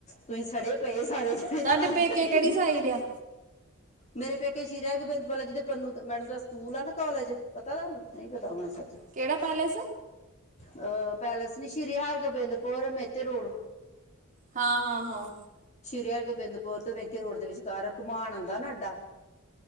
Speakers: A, on the left; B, on the right.
A: ਤੁਸੀਂ ਸੜੇ ਪਏ ਸਾਰੇ ਜਣੇ
B: ਤੁਹਾਡੇ
A: ਤਾਈ
B: ਪੇਕੇ
A: ਕਰਕੇ
B: ਕਿਹੜੀ
A: <unintelligible>
B: ਸਾਈਡ ਆ
A: ਮੇਰੇ ਪੇਕੇ ਸ਼ੀਰ ਐ ਗੋਬਿੰਦ ਵਾਲਾ ਜੀ ਦੇ ਪੰਨੂੰ ਮੈਡਮ ਦਾ ਸਕੂਲ ਆ ਨਾ ਕਾਲਜ ਪਤਾ ਤੁਹਾਨੂੰ ਨਹੀਂ ਪਤਾ ਹੋਣਾ ਸੱਚ
B: ਕਿਹੜਾ ਪੈਲੇਸ?
A: ਅ ਪੈਲੇਸ ਨੀ ਸ੍ਰੀ ਹਰ ਗਬਿੰਦ <unintelligible> ਏਤੇ ਰੋਡ ਵ
B: ਹਾਂ-ਹਾਂ-ਹਾਂ
A: ਸ਼੍ਰੀ ਹਰ ਗੋਬਿੰਦਪੁਰ ਤੋ ਮਿਲਕੇ ਰੋਡ ਦੇ ਵਿਚਕਾਰ ਘਮਾਨ ਆਉਂਦਾ ਨਾ ਅੱਡਾ